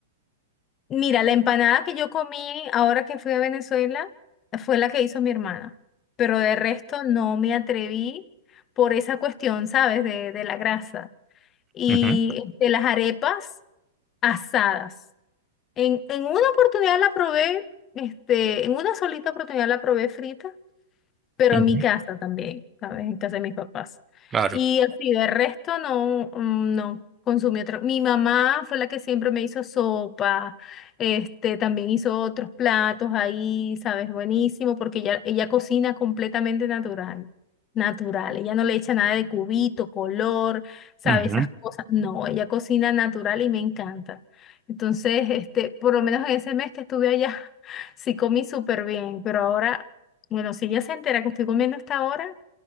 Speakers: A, on the left (about 30°); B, on the right (about 20°).
A: mira, la empanada que yo comí ahora que fui a Venezuela fue la que hizo mi hermana, pero de resto no me atreví por esa cuestión, ¿sabes? De, de la grasa y
B: Ujú,
A: de las arepas asadas. En, en una oportunidad la probé, este, en una solita oportunidad la probé frita pero
B: ujú,
A: en mi casa también, ¿sabes? En casa de mis papás.
B: Claro.
A: Y así, de resto no, mm, no consumí otro. Mi mamá fue la que siempre me hizo sopa, este, también hizo otros platos ahí, ¿sabes? Buenísimo, porque ella, ella cocina completamente natural. Natural, ella no le echa nada de cubito, color, sabe,
B: Ujú,
A: esas cosas. No, ella cocina natural y me encanta. Entonces, este, por lo menos en ese mes que estuve allá, <laughs> sí comí súper bien, pero ahora bueno, si ella se entera que estoy comiendo hasta ahora,